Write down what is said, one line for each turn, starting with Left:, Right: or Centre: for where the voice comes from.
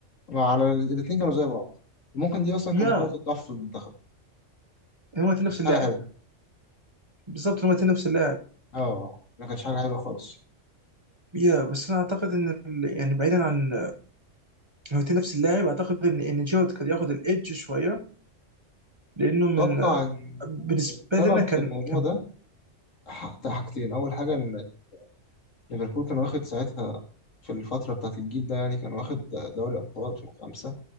Left: ما على الاثنين كانوا زي بعض ممكن دي اصلا
Right: يا
Left: كانت نقطه ضعف في المنتخب
Right: هما الاتنين
Left: كانت
Right: نفس اللاعب
Left: حاجه حلوه
Right: بالظبط هما الاتنين نفس اللاعب
Left: اه ما كانتش حاجه حلوه خالص
Right: يا بس انا اعتقد ان ال- يعني بعيدا عن هو الاتنين نفس اللاعب اعتقد ان ان جيرارد كان ياخد الايدج شويه لانه
Left: أتوقع
Right: من
Left: إن
Right: بالنسبه
Left: السبب
Right: لنا كان
Left: في الموضوع
Right: كان
Left: ده ح- حاجتين أول حاجة إن ليفربول كان واخد ساعتها في الفترة بتاعة الجيل ده يعني كان واخد دوري أبطال 2005